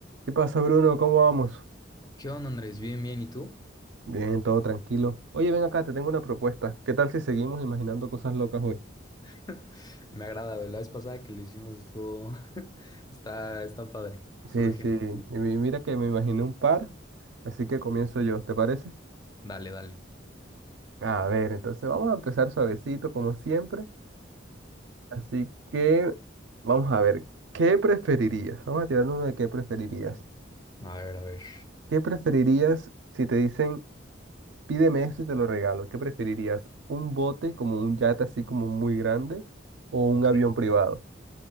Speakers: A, on the right (about 70°); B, on the left (about 20°).
A: ¿Qué pasa, Bruno? ¿Cómo vamos?
B: ¿Qué onda, Andrés? Bien, bien, ¿y tú?
A: Bien, todo tranquilo. Oye, ven acá, te tengo una propuesta. ¿Qué tal si seguimos imaginando cosas locas hoy?
B: <laughs> Me agrada, ¿ve? La vez pasada que lo hicimos estuvo... <laughs> está, está padre. Surge.
A: Sí, sí.
B: ahí.
A: Y mi- mira que me imaginé un par, así que comienzo yo, ¿te parece?
B: Dale, dale.
A: A ver, entonces vamos a empezar suavecito, como siempre. Así que vamos a ver, ¿qué preferirías? Vamos a tirar uno de qué preferirías.
B: A ver, a ver.
A: ¿Qué preferirías si te dicen, pídeme esto y te lo regalo? ¿Qué preferirías? ¿Un bote como un yate así como muy grande o un
B: Ok.
A: avión privado?